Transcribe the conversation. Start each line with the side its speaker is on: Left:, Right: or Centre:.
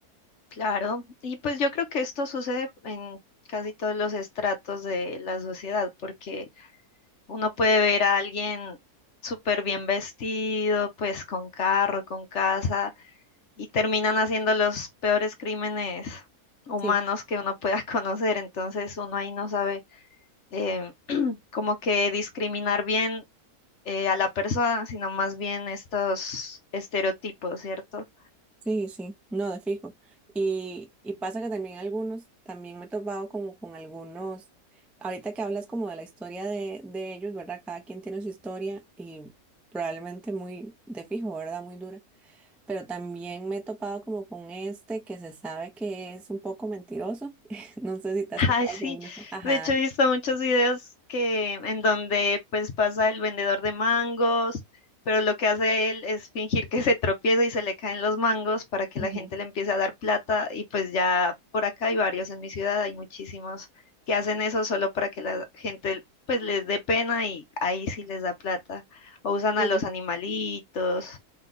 Left: Claro, y pues yo creo que esto sucede en casi todos los estratos de la sociedad, porque uno puede ver a alguien súper bien vestido, pues con carro, con casa, y terminan haciendo los peores crímenes humanos
Centre: Sí,
Left: que uno pueda <laughs> conocer, entonces uno ahí no sabe eh, como que discriminar bien eh, a la persona, sino más bien estos estereotipos, ¿cierto?
Centre: sí, sí, no, de fijo. Y, y pasa que también algunos, también me he topado como con algunos, ahorita que hablas como de la historia de, de ellos, ¿verdad? Cada quien tiene su historia y probablemente muy de fijo, ¿verdad? Muy dura. Pero también me he topado como con este que se sabe que es un poco mentiroso. <laughs> No sé si
Left: <laughs>
Centre: te has
Left: Ay,
Centre: topado
Left: sí.
Centre: con uno. Ajá.
Left: De hecho, he visto muchos videos que en donde pues pasa el vendedor de mangos, pero lo que hace él es fingir que <laughs> se tropieza y se le caen los mangos para que
Centre: Ujú.
Left: la gente le empiece a dar plata y pues ya por acá hay varios en mi ciudad, hay muchísimos que hacen eso solo para que la gente pues les dé pena y ahí sí les da plata. O usan
Centre: Sí.
Left: a los animalitos.